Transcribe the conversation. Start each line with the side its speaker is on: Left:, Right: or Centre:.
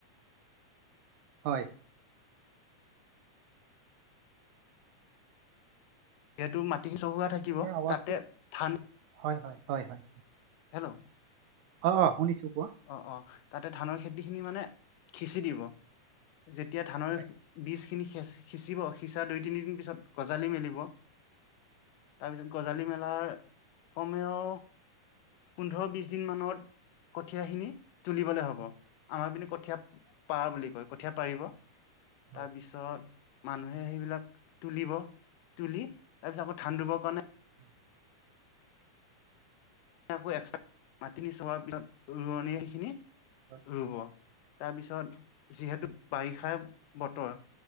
Right: হয়।
Left: যিহেতু মাটি চহোৱা থাকিব
Right: আপোনাৰ আৱাজটো
Left: তাতে ধান
Right: হয় হয় হয় হয়।
Left: হেল্ল'।
Right: অ', অ', শুনিছো। কোৱা
Left: অ', অ', তাতে ধানৰ খেতি খিনি মানে সিচি দিব যেতিয়া ধানৰ
Right: হয়
Left: বিজ খিনি সিঁচিব সিঁচা দুই তিনি দিন পিছত গজালি মেলিব। তাৰপিছত গজালি মেলাৰ কমেও পোন্ধৰ বিশ দিন মানত কঠীয়া খিনি তুলিবলে হব আমাৰ পিনে কঠীয়া পাৰা বুলি কয়। কঠীয়া পাৰিব।
Right: হয়
Left: তাৰ পিছত মানুহে সেইবিলাক তুলিব তুলি তাৰপিছত আকৌ ধান ৰুব কাৰণে
Right: হয়
Left: কে আকৌ এস্কত্ৰা মাটিখিনি চহোৱাৰ পিছত ৰোৱনিয় সেইখিনি
Right: হয়
Left: ৰুব। তাৰপিছত যিহেতু বাৰিষাৰ বতৰ